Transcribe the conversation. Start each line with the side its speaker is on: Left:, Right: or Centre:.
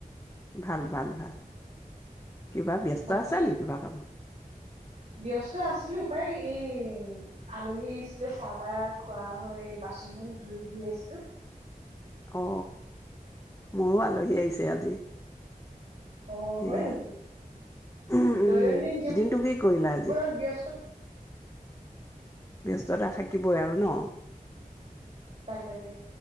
Left: ভাল ভাল ভাল কিবা ব্যস্ত
Right: বাকী
Left: আছা নি কিবা কামত
Right: ব্যস্ত আছিলো প্ৰাই এই আলহীছিলে চাহ তাহ খোৱা হয় বাচন চাচন ধুই ধুই আছিলো
Left: অ মোৰো আলহী আহিছে আজি।
Right: অ,
Left: সেয়া
Right: হয় নেকি <inaudible>
Left: উম, উম,
Right: দৈনন্দি জীৱ
Left: দিনটো কি কৰিলা আজি?
Right: জীৱনত ব্যস্ত
Left: ব্যস্ততা থাকিবই আৰু ন,
Right: তাকে তাকে